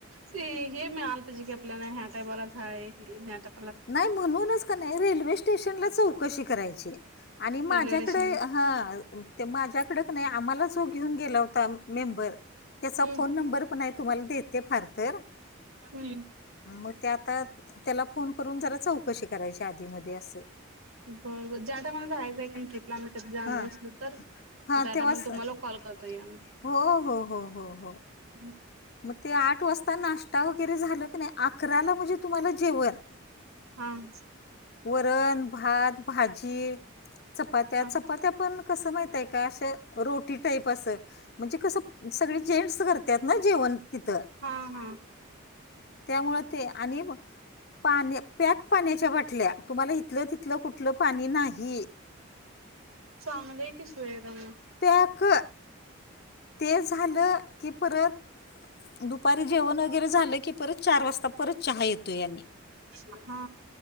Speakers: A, on the right; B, on the left.
A: ते हे मिळालं पाहिजे की आपल्याला या टायमाला ठाई भाई हे नायतर
B: नाय म्हणूनच का नाही रेल्वे स्टेशनला चौकशी करायची. आणि
A: रेल्वे
B: माझ्याकडे,
A: स्टेशनला
B: हा ते माझ्याकडं क नै, आम्हालाच हो घेऊन गेले हुता मेंबर. त्याचा
A: हम्म
B: फोन नंबर पण हाय तुम्हाला देते फारकर.
A: हम्म.
B: मग त्या आता, त्याला फोन करून जरा चौकशी करायची ध्येय मध्ये असं.
A: बरबर ज्या टायमाला जायचं की नाय ट्रीपला
B: आहे ट्रिपला
A: आम्ही कधी
B: म्हणजे
A: जाणार
B: हा तिथं
A: असलं तर
B: आम्ही हा
A: मग त्या
B: तेव्हाच
A: टायमाला तुम्हाला कॉल करतो
B: करता
A: या मग,
B: येईल. हो हो हो हो हो.
A: हम्म.
B: मग ते आठ वाजता नाश्ता वगैरे झालं की नाय, अकराला म्हणजे तुम्हाला जेवण.
A: हां.
B: वरण भात भाजी चपात्या,
A: हा
B: चपात्या पण कसं माहितीये का, असं रोटी टाईप असं, म्हणजे कसं सगळे जेन्ट्स करत्यात ना जे जेवण तिथं,, हम्म,
A: हा हा
B: त्यामुळे ते आणि पाणी, प्याक पाण्याच्या बाटल्या, तुम्हाला हिथलं तिथलं कुठलं पाणी नाही.
A: चांगलंय की सुवेदा मग
B: पॅक. ते झालं की परत, दुपारी जेवण वगैरे झालं की परत चार वाजता परत चहा येतोय आणि.
A: हा हा.